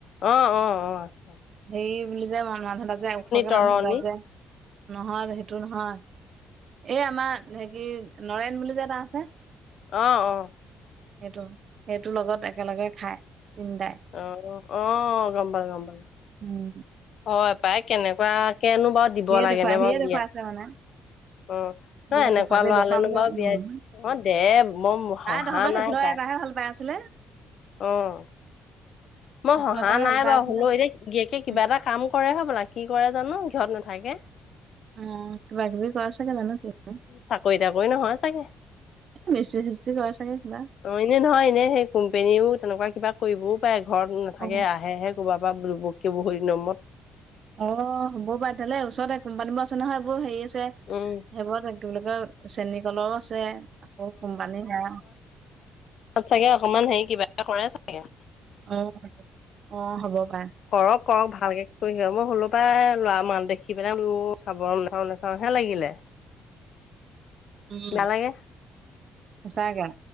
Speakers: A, on the left; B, on the right.
A: অ অ অ আছে
B: হেৰি বুলি যে মানুহ এজনে যে ওখকে
A: তৰণি
B: মানুহ এটা যে নহয় সেইটো নহয় এই আমাৰ হে কি নৰেন বুলি যে এটা আছে
A: অ' অ'
B: সেইটো, সেইটো লগত একেলগে খাই তিনদাই।
A: অ' অ' গম পালোঁ, গম পালোঁ
B: উম
A: হয় পাই কেনেক কেনেকুৱা কেনো বাৰু দিব
B: সিয়ে
A: লাগে
B: দেখুৱাই
A: নে
B: সিয়ে
A: বাৰু
B: দেখুৱাইছে
A: দিয়া
B: মানে
A: অ' ন,
B: সিয়ে
A: এনেকুৱা
B: দেখুৱাইছে
A: লৰা'লেনো
B: দেখুৱাবলৈ
A: বাৰু
B: উম,
A: বিয়া অ' দে মই হহা
B: তহঁতৰ সেইফালৰ
A: নাই তাক
B: এটাহে ভাল তাই আছিলে।
A: অ'মই
B: সেইফালৰ
A: হহা
B: এটাহে
A: নাই
B: ভাল পাই
A: বাৰু
B: আছিলে
A: হ'লো এ গিৰিয়েকে কিবা
B: উম,
A: এটা কাম কৰে হ'বলা কি কৰে জানো ঘৰত নাথাকে।
B: উম, কিবা-কিবি কৰেচাগে জানো কি এ,
A: চাকৰি তাকৰি নহয় চাগে
B: মিস্ত্ৰী চিষ্ট্ৰী কৰে চাগে কিবা।
A: অ, এনে নহয় এনে সেই কোম্পেনীও তেনেকুৱা কিবা কৰিবও পাৰে ঘৰত নাথাকে
B: অ
A: আহেহে কুবাৰপৰা বোল বক্কে বহু দিনৰ মূৰত।
B: অ' হ'ব পাৰে তেলে ওচৰতে কোম্পানী বোৰ আছে নহয় এইবোৰ হেৰি আছে
A: উম,
B: সেইবোৰতে। কি বুলি কয় চেনী কলও আছে আকৌ কোম্পানী সেয়া
A: তাত চাগে অকমান হেৰি কিবা এটা কৰে চাগে।
B: উম, অ' হ'ব পাৰে।
A: কৰক, কৰক ভালকে কৰি <unintelligible> মই হ'লো পাই ল'ৰা মাল দেখি পেলাই চাবল <unintelligible> ভয়হে লাগিলে।
B: <inaudible> উম,
A: বেয়া লাগে
B: সঁচাকে